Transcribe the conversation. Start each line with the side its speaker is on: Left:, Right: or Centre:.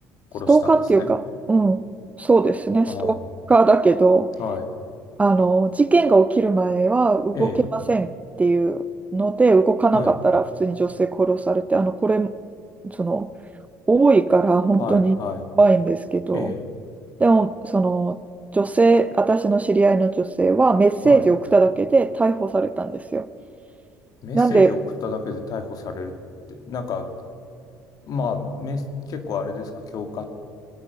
Left: 殺したんですね。
Right: ストーカーっていうか、うん、そうですね、ストーカーだけど、
Left: ああ、はい。
Right: あの、事件が起きる前は動けませんっていうので、
Left: ええ、
Right: 動かなかったら普通に女性殺されて、
Left: はい、
Right: あの、これ、その、多いから本当に怖いんですけど、
Left: はい、はい。ええ、
Right: でも、その、女性、私の知り合いの女性はメッセージを送っただけで逮捕されたんですよ。
Left: はい。メッセージを送っただけで逮捕されるって、
Right: なんで、
Left: なんか、まあ、め、結構あれですか、恐喝